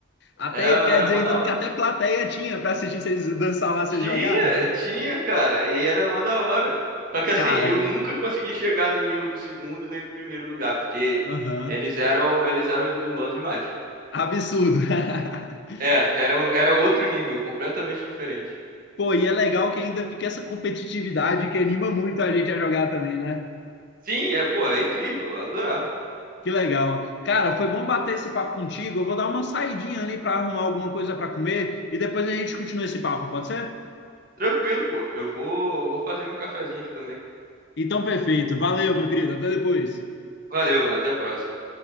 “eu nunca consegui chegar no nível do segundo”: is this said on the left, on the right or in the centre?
Right